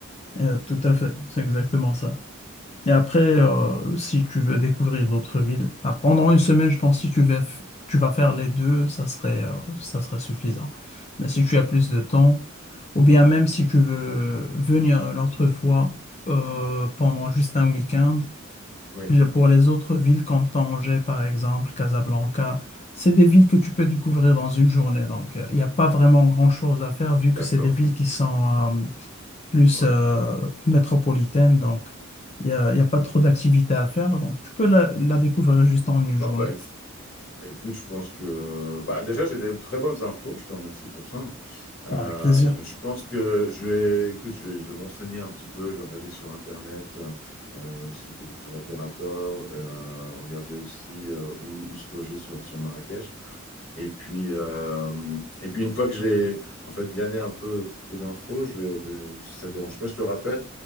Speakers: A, on the left; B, on the left.
A: Euh, tout à fait, c'est exactement ça. Et après, euh, si tu veux découvrir d'autres villes, bah, pendant une semaine, je pense, que si tu vas, f- tu vas faire les deux, ça serait, euh, ça serait suffisant. Mais si tu as plus de temps, ou bien même si tu veux venir une autre fois euh, pendant juste un week-end,
B: Oui,
A: puis pour les autres villes comme Tanger, par exemple, Casablanca, c'est des villes que tu peux découvrir dans une journée. Donc, euh, il n'y a pas vraiment grand-chose à faire vu
B: d'accord.
A: que c'est des villes qui sont, euh, plus
B: Ouais,
A: euh, métropolitaine, donc il n'y a, il y a pas
B: ouais.
A: trop d'activités à faire. Donc tu peux la, la découvrir juste en
B: Bon,
A: une journée.
B: bah, Écoute, je pense que bah, déjà j'ai des très bonnes infos, je te remercie pour ça. Euh,
A: Avec plaisir.
B: je pense que je vais, écoute, je vais, je vais me un petit peu, je vais regarder sur Internet euh, euh, aussi peut-être des tours opérateurs, euh, regarder aussi euh, où, où se loger sur, sur Marrakech. Et puis, euh, et puis une fois que j'ai en fait glané un peu, peu d'infos, je vais, mais si ça ne dérange pas, je te rappelle.